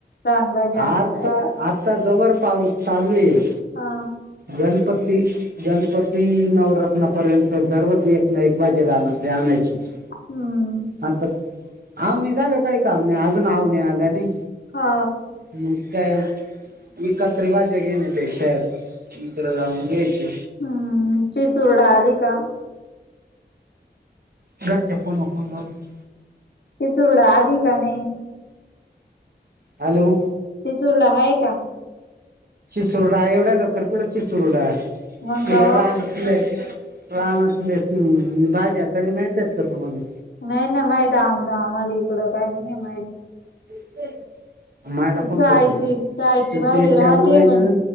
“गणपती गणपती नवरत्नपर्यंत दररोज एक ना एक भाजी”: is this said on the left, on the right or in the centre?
Right